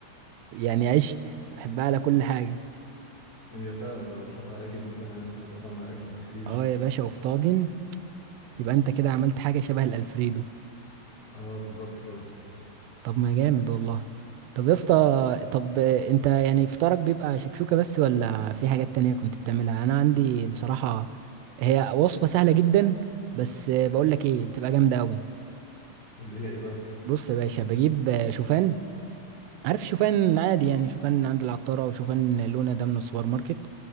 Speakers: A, on the right (about 85°); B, on the left (about 35°).
A: يعني عيش احبها على كل حاجه
B: هي فعلا لو اتحط عليها جبنة فعلا لسه هيبقى طعمها أجمد بكتير
A: اه يا باشا وفي طاجن يبقى انت كده عملت حاجة شبه الألفريدو
B: اه بالظبط كده
A: طب ما جامد والله طب يا اسطى طب انت يعني فطارك بيبقى شكشوكة بس ولا في حاجات تانية كنت بتعملها انا عندي بصراحة هي وصفة سهلة جدا بس بقول لك ايه بتبقى جامدة قوي
B: اللي هي ايه بقى؟
A: بص يا باشا بجيب شوفان عارف شوفان عادي يعني شوفان عند العطارة او شوفان لونة ده من السوبر ماركت